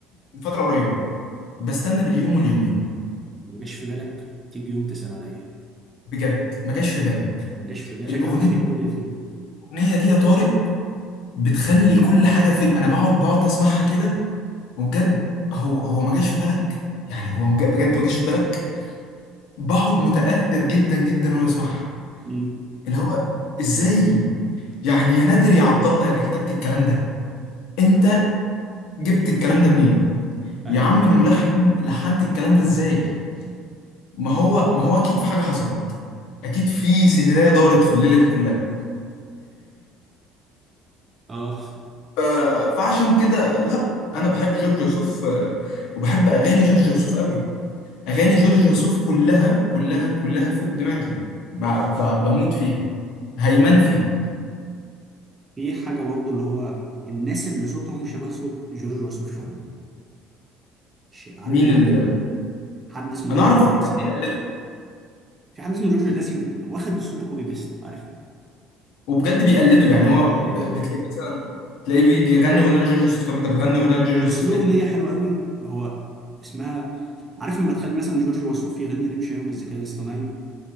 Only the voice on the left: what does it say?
من فترة قريبة بستنى باليوم واليومين
بجد ما جاش في بالك
الاغنية
الاغنية دي يا طارق بتخلي كل حاجة في انا بقعد بقعد اسمعها كده وبجد هو هو ما جاش في بالك يعني هو مج- بجد ما جاش في بالك بقعد متأثر جدا جدا وانا بسمعها
اللي هو ازاي يعني يا نادر يا عبد الله اللي كتبت الكلام ده انت جبت الكلام ده منين
يا عم الملحن لحنت الكلام ده ازاي ما هو ما هو اكيد في حاجة حصلت اكيد في سهرية دارت في الليلة دي كلها
<laughs> ف- فعشان كده لا انا بحب جورج وسوف آه، وبحب اغاني جورج وسوف قوي اغاني جورج وسوف كلها كلها كلها فوق دماغي ب- ب- بموت فيها هيمن فيها
مين
اللي
انا
اعرف
واحد كان بيقلده
وبجد بيقلده يعني هو
ب- بتلاقي مثلا تلاقيه بي- بيغني اغنيه لجورج يوسف طب انت بتغني اغنيه
لجورج يوسف
ليه؟